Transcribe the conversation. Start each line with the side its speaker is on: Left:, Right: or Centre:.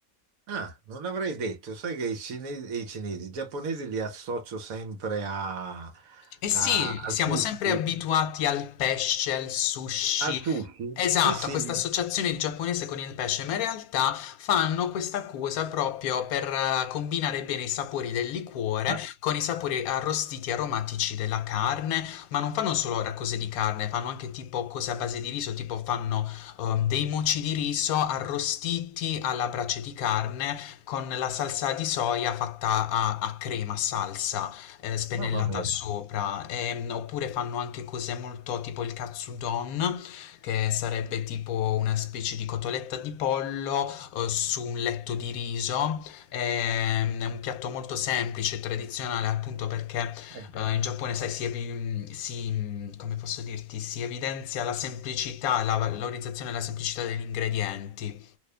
Right: Ah, non l'avrei detto, sai che i cinesi, i cinesi, i giapponesi li associo sempre a, a-
Left: Eh sì,
Right: al
Left: siamo
Right: sushi.
Left: sempre abituati al pesce, al sushi.
Right: Al sushi?
Left: Esatto,
Right: Sì, sì.
Left: a questa associazione di giapponese con il pesce, ma in realtà fanno questa cosa proprio per eh, combinare bene i sapori del liquore
Right: Ma-
Left: con i sapori arrostiti e aromatici della carne, ma non fanno solo ora cose di carne, fanno anche tipo cose a base di riso, tipo fanno ehm, dei moci di riso arrostiti alla brace di carne con la salsa di soia fatta a, a crema, salsa eh, spennellata
Right: Mamma mia.
Left: sopra, Ehm, oppure fanno anche cose molto tipo il katsudon, che sarebbe tipo una specie di cotoletta di pollo eh, su un letto di riso. Ehm, è un piatto molto semplice, tradizionale, appunto perché
Right: Eh,
Left: eh, in Giappone, sai, si, evi- mm, si- mm, come posso dirti, si evidenzia la semplicità, la valorizzazione e la semplicità degli ingredienti.